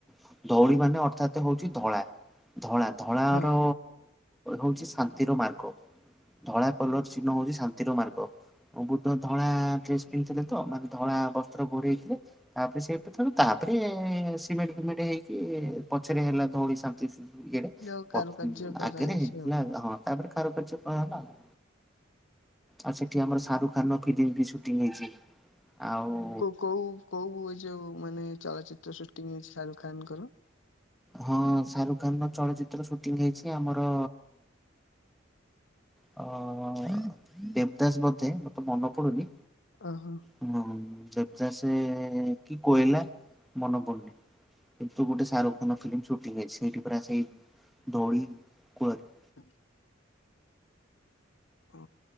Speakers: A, in the centre; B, on the left.
A: ହଁ, ଧଉଳି ମାନେ ଅର୍ଥାତ ହଉଚି ଧଳା, ଧଳା, ଧଳା
B: ହଁ
A: ର ହଉଚି ଶାନ୍ତିର ମାର୍ଗ। ଧଳା କଲର୍ ଚିହ୍ନ ହଉଚି ଶାନ୍ତିର ମାର୍ଗ। ବୁଧ ଧଳା ଡ୍ରେସ୍ ପିନ୍ଧିଥିଲେ ତ, ମାନେ ଧଳା ବସ୍ତ୍ର ଘୋଡେଇଥିଲେ। ତାପରେ ସେ, ତାପରେ ସିମେଣ୍ଟ୍ ଫିମେଣ୍ଟ୍ ହେଇକି ପଛରେ ହେଲା ଧଉଳି ଶାନ୍ତି ସ୍ତୁ ଇଏଡେ,
B: ଯୋଉ କାରୁକାର୍ଯ୍ୟ
A: ପ
B: କରାହେଇଛି
A: ଆଗରେ ହେଇଥିଲା
B: ଆଉ
A: ହଁ, ତାପରେ କାରୁକାର୍ଯ୍ୟ କରାହେଲା ଆଉ। ଆଉ ସେଠି ଆମର ଶାରୁଖ୍ ଖାନ୍ ର ଫିଲ୍ମ ବି ସୁଟିଂ ହେଇଚି, ଆଉ
B: ଉ କୋଉ କୋଉ ଏ ଯୋଉ ମାନେ ଚଳଚିତ୍ର ସୁଟିଂ ହେଇଚି ଶାରୁଖାନ୍ ଙ୍କର?
A: ହଁ ଶାରୁଖ ଖାନ୍ ର ଚଳଚିତ୍ର ସୁଟିଂ ହେଇଚି ଆମର ଅ ଅ ଅ ଦେବଦାସ୍ ବୋଧେ, ମତେ ମନେ ପଡୁନି।
B: ଓହୋ।
A: <unintelligible> ଦେବଦାସ୍ କି କୋଏଲା ମନେ ପଡୁନି। କିନ୍ତୁ ଗୋଟେ ଶାହରୁଖ ଖାନ୍ ର ଫିଲ୍ମ ସୁଟିଂ ହେଇଚି, ସେଇଠି ପରା ଆ ସେଇ ଧଉଳି କୂଳରେ।
B: ହଁ। ଓ